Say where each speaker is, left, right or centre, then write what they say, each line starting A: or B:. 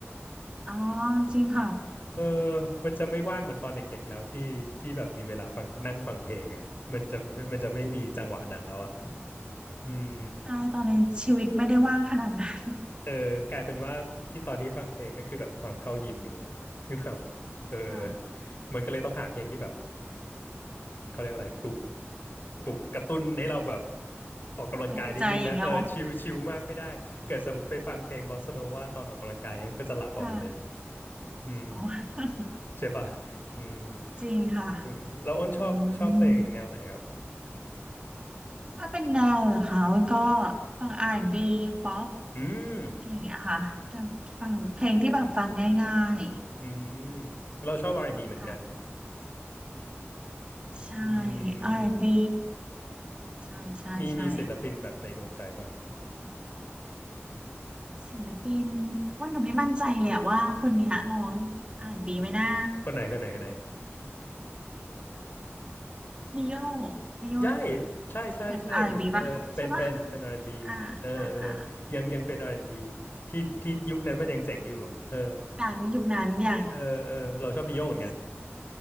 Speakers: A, on the right; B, on the left.
A: อ๋อจริงค่ะ
B: เออมันจะไม่ว่างเหมือนตอนเด็กๆแล้วที่ที่แบบมีเวลาฟังนั่งฟังเพลงอ่ะมันจะมันจะไม่มีจังหวะนั้นแล้วอ่ะ <laughs> อืม
A: ใช่ตอนนี้ชีวิตไม่ได้ว่างขนาดนั้น
B: เออกลายเป็นว่าที่ตอนที่ฟังเพลงก็คือแบบตอนเข้ายิมอย่างเงี้ย <laughs> ซึ่งแบบเออ
A: ค่ะ
B: มันก็เลยต้องหาเพลงที่แบบเขาเรียกอะไรปลุกปลุกกระตุ้นให้เราแบบออกกำลังกายนิดนึงนะเออชิลชิลมากไม่ได้เกิดสมมติไปฟังเพลงบอสซาโนวาตอนออกกำลังกายก็จะหลับออกไปเลย
A: ปลุกใจอย่างเงี้ยเหรอค่ะ
B: อืม
A: อ๋อ
B: ใช่ป่ะอืม
A: จริงค่ะ
B: อืมแล้วอ้นชอบชอบเพลงแนวไหนครับ
A: อืมถ้าเป็นแนวเหรอคะก็ฟัง R&B ป๊อป
B: อืม
A: อะไรอย่างเงี้ยค่ะแต่ฟังเพลงที่แบบฟังง่าย
B: อืมเราชอบ R&B
A: ๆค่ะ
B: เหมือนกัน
A: ใช่
B: อืมอืม
A: R&B ใช่ใช่ใช่
B: มีมีศิลปินแบบในดวงใจป่ะครับ
A: ศิลปินว่าหนูไม่มั่นใจเลยอะว่าคนเนี้ยร้องอาร์แอนด์บีไหมนะ
B: คนไหนคนไหนคนไหน
A: นิโยนิโย
B: ใช่ใช่ใช่ใช่ดิเออเป็นเป็นเป็น
A: เป็นอาร์แอนด์บีป่ะใช่ป่ะ
B: R&B
A: อ่าอ่าอ่า
B: เออเป็น R&B ยังยังเป็น R&B ที่ที่ยุคนั้นมันยังเจ๋งอยู่เออ
A: ยุคนั้นยุคนั้นอย่าง
B: เออเออเราชอบดิโยเหมือนกัน
A: สุด